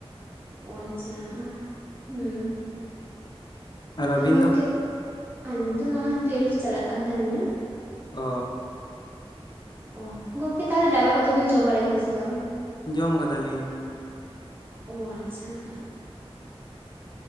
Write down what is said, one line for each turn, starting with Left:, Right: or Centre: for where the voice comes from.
Right: ᱳ ᱟᱪᱪᱷᱟ ᱦᱩᱸ
Left: ᱟᱨ ᱟᱹᱵᱤᱱ
Right: ᱜᱚᱢᱠᱮ
Left: ᱫᱚ
Right: ᱟᱞᱤᱧ ᱫᱚ ᱱᱚᱜᱼᱚᱭ ᱴᱩᱭᱮᱞᱵᱷ ᱪᱟᱞᱟᱜ ᱠᱟᱱ ᱛᱟᱹᱞᱤᱧᱟ
Left: ᱚ
Right: ᱚ ᱜᱚᱢᱠᱮ ᱛᱟᱦᱚᱞᱮ ᱫᱟᱠᱟ ᱠᱚᱫᱚ ᱵᱤᱱ ᱡᱚᱢ ᱵᱟᱲᱟ ᱠᱮᱫᱟ ᱥᱮ ᱵᱟᱝ
Left: ᱡᱚᱢ ᱠᱟᱫᱟ ᱞᱤᱧ
Right: ᱚ ᱟᱪᱪᱷᱟ